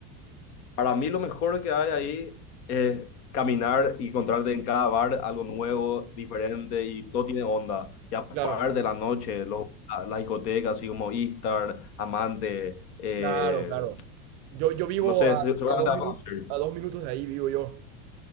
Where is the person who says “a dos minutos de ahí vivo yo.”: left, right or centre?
Right